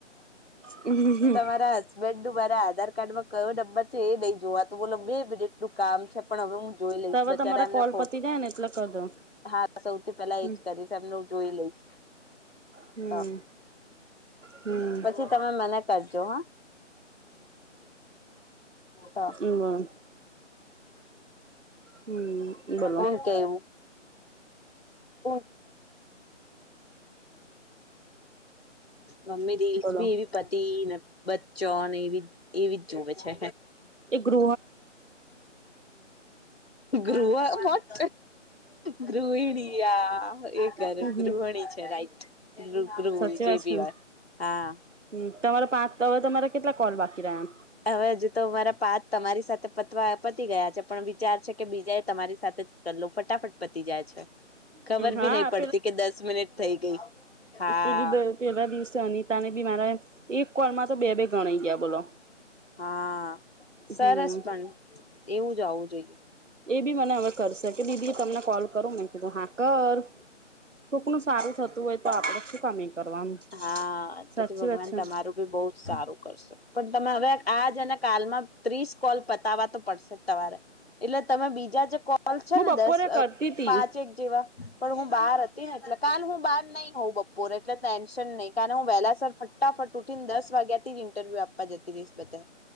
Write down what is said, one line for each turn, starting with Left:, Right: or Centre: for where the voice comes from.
Right: હમ
Left: તમારા હસબેન્ડ નુ મારા આધાર કાર્ડમાં કયો નંબર છે એ નઈ જોવાતું બોલો બે મિનિટનું કામ છે. પણ હવે હું જોઈ લઈશ
Right: તો હવે
Left: બચારા
Right: તમારા
Left: એમને
Right: કોલ
Left: ખોટ
Right: પતી જાય ને એટલે કર દો
Left: હા સૌથી પેલા
Right: હમ
Left: એજ કરીશ એમને હું જોઈ લઈશ
Right: હમ
Left: હ.
Right: હમ
Left: પછી તમે મને ક જો હ હા.
Right: હમ હમ બોલો
Left: હું કેવું? <unintelligible> મમ્મી રીલ્સ
Right: બોલો.
Left: ભી એવી પતિને બચ્ચોને એવી એવી જ જોવે છે.
Right: એ ગ્રુપ
Left: ગ્રુહ વ્હોટ ગ્રુહ પીડીયા એ કરે
Right: હમ
Left: ગૃહિણી
Right: હમ.
Left: છે રાઈટ ગૃ ગૃહ
Right: સાચી
Left: જે
Right: વાત
Left: બી
Right: છે ને
Left: હોય હા.
Right: હમ તમારા પાંચ હવે તમારા કેટલા કોલ બાકી રહ્યા?
Left: હવે હજુ તો અમાંરા પાચ તમારી સાથે પતવા પતી ગયા છે પણ વિચાર છે કે બીજાએ તમારી સાથે જ કર લઉ ફટાફટ પતી જાય છે ખબર
Right: હા
Left: બી નહી પડતી કે દસ મિનિટ થઈ ગઈ. હા
Right: પે પેલા દિવસે અનિતાને બી મારા એક કોલ માં તો બે બે ગણાઈ ગયા. બોલો.
Left: હા સરસ
Right: હમ
Left: પણ એવું જ હોવું જોઈએ.
Right: એ બી મને હવે કરશે કે દીદી હું તમને કોલ કરો મે કીધું હા કર કોકનું સારું થતું હોય તો આપડે શું કામ કરવાનું
Left: હા
Right: સાચી
Left: પછી ભગવાન
Right: વાત છે.
Left: તમારું બી બહુ જ સારું કરશે પણ તમે હવે આજના કાલમાં ત્રીસ કોલ પતાવાતો પડશે તમારે એટલે તમે બીજા જે કોલ કોલ છે
Right: હું
Left: ને
Right: બપોરે
Left: દસ
Right: કરતી
Left: અ
Right: તી
Left: પાંચ એક જેવા પણ હું બહાર હતી ને એટલે કાલ હું બહાર નઈ હોઉં બપોરે એટલે ટેન્શન નહી કાલે હું વહેલા સર ફટાફટ ઉઠીને દસ વાગ્યાથી જ ઇન્ટરવ્યુ આપવા જતી રહીશ બધે